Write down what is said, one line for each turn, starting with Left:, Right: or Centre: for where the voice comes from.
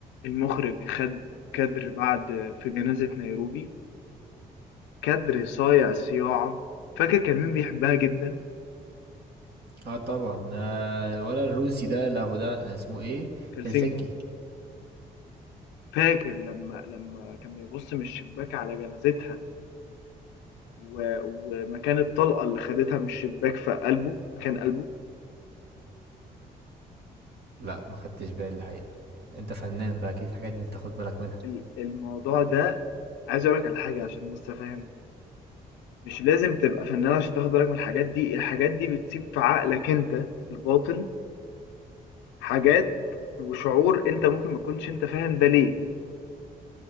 Left: المخرج خد كادر بعد في جنازه نيروبي كادر صايع صياعه فاكر كان مين بيحبها جدا
Right: اه طبعا آه، ولا الروسي ده اللي ابو ده اسمه ايه
Left: هلسنكي
Right: هلسنكي
Left: فاكر لما لما كان بيبص من الشباك على جنازتها و... ومكان الطلقه اللي خدتها من الشباك في قلبه مكان قلبه
Right: لا ما خدتش بالي الحقيقة انت فنان بقى اكيد الحاجات دي انت تاخد بالك منها
Left: ال- الموضوع ده عايز اقول لك على حاجه عشان بس افهم مش لازم تبقى فنان عشان تاخد بالك من الحاجات دي الحاجات دي بتسيب في عقلك انت الباطن حاجات وشعور انت ممكن ما تكونش انت فاهم ده ليه